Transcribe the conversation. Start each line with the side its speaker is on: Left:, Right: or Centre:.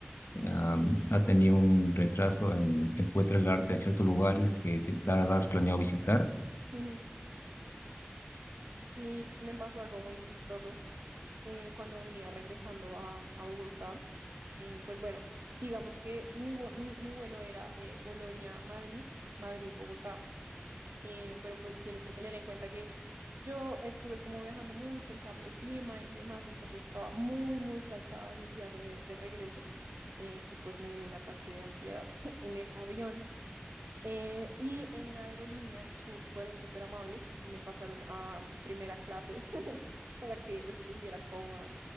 Left: am, ha tenido un retraso en Encuentra el arte en ciertos lugares que te has planeado visitar.
Right: <laughs> Sí, me pasó algo muy chistoso. eh, cuando venía regresando a, a Bogotá. eh, pues bueno, digamos que mi, vue- mi, mi vuelo era eh, Bolonia-Madrid, Madrid-Bogotá, eh, pero pues tienes que tener en cuenta que yo estuve como viajando mucho, el cambio de clima y demás, entonces estaba muy, muy cansada en el viaje de, de regreso eh, y pues me dio un ataque de ansiedad <laughs> en el avión. Eh, y en la aerolínea su- fueron súper amables y me pasaron a um, primera clase <laughs> para que estuviera cómoda.